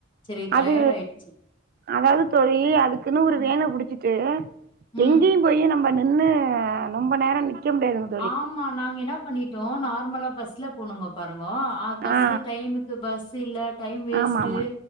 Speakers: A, on the left; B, on the right.
A: சரி
B: அது
A: டயாட் ஆயிட்ச்சு
B: அதாவது தோழி அதுக்குன்னு ஒரு
A: ம்.
B: வேன புடிச்சிட்டு
A: ம்.
B: எங்கேயு போய்யி நம்ப என்ன ரொம்ப நேரோ நிக்க முடியாதுங்
A: ஆமா நாங்க என்னா பண்ணிட்டோ நார்மலா பஸ்ல போனுங்க பாருங்க அ பஸ்சு
B: ஆ
A: டைமுக்கு பஸ் இல்ல டைம் வேஸ்ட்
B: ஆமா ஆமா